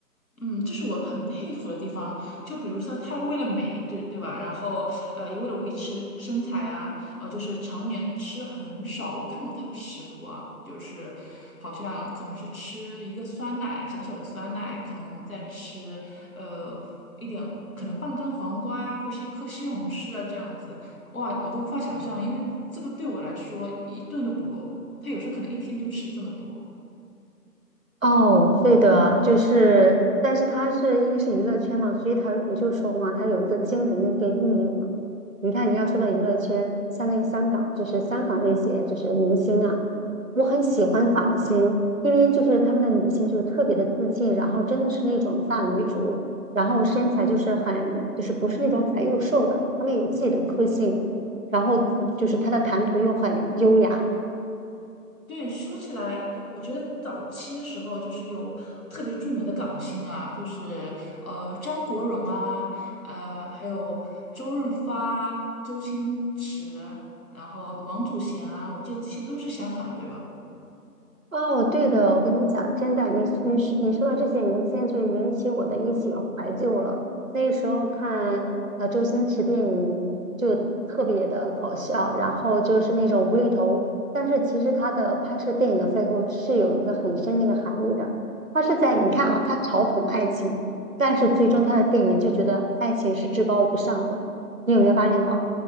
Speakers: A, on the left; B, on the right.
A: 嗯，这是我很佩服的地方。就比如说，她为了美，对对吧？然后，呃，也为了维持身材啊，呃，就是常年吃的很少。我看过她的食谱啊，就是好像可能是吃一个酸奶，小小的酸奶，可能再吃呃一点，可能半根黄瓜呀，或是一颗西红柿啊，这样子。哇，我都无法想象，因为这个对我来说一顿都不够。她有时候可能一天就吃这么多。
B: 哦，对的，就是，但是他是因为是娱乐圈嘛，所以他我就说嘛，他有一个惊人的一个毅力嘛。你看，你要说到娱乐圈，像那个香港，就是香港那些就是明星啊，我很喜欢港星，因为就是他们的女性就是特别的自信，然后真的是那种大女主，然后身材就是很就是不是那种白又瘦的，她们有自己的个性，然后就是她的谈吐又很优雅。
A: 对，说起来，我觉得早期的时候就是有特别著名的港星啊，就是呃张国荣啊，呃还有周润发、周星驰，然后王祖贤啊，我记得这些都是香港的，对吧？
B: 哦，对的，我跟你讲，真的，你你说你说到这些明星，就引起我的一些怀旧了。那时候看呃周星驰电影就特别的搞笑，然后就是那种无厘头，但是其实他的拍摄电影的背后是有一个很深的一个含义的。他是在你看啊，他嘲讽爱情，但是最终他的电影就觉得爱情是至高无上的，你有没有发现到？